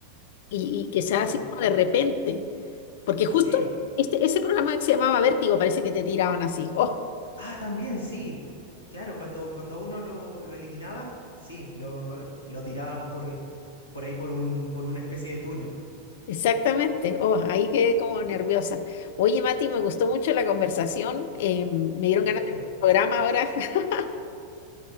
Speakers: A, on the left; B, on the left.
A: Y, y que sea
B: claro,
A: así como de repente, porque justo
B: sí.
A: este, ese programa que se llamaba Vértigo parece que te tiraban así. Oh.
B: Ah, también, sí, claro, cuando, cuando a uno lo, lo eliminaban, sí, lo, lo tiraban por, por ahí por un, por una especie de túnel.
A: Exactamente. Oh, ahí quedé como
B: Sí,
A: nerviosa. Oye, Mati, me gustó mucho la conversación. eh, me dieron
B: qué bueno.
A: ganas de ver un programa ahora. <laughs>